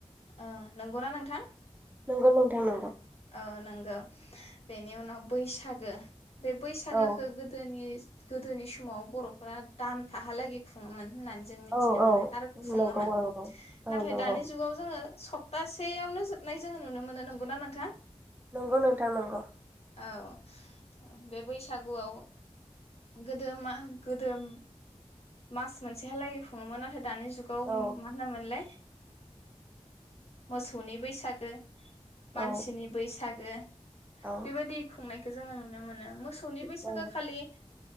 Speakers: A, on the left; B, on the right.
A: ओ नोंगौना नोंथां
B: नंगौ नंगौ नोंथां नंगौ
A: ओ नोंगो बेनि उनाव बैसाग गो बे बैसागोखो
B: औ
A: गोदोनि गोदोनि समाव बर'फोरा दानफा हालागै खुङोमोन । होननानै जों मोनथिनो
B: औ
A: मोनो
B: औ
A: आरो खुङोमोन
B: नंगौ नंगौ औ
A: नाथाय
B: नंगौ
A: दानि जुगाव जोङो सब तासेयावनो जोबनाय जोङो नुनो मोनो नंगौना नोंथां?
B: नंगौ नोंथां नंगौ
A: औ ओ बे बैसागुआव गोदोमा गोदोम मास मोनसेहा लागै खुङोमोन फा दानि जुगाव
B: औ
A: मा होनोमोनलाय? मोसौनि बैसागो
B: औ
A: मानसिनि बैसागो
B: औ
A: बेबायदि खुंनाय खो जोङो। नुनो मोनो मोसौनि बैसागो
B: औ
A: खालि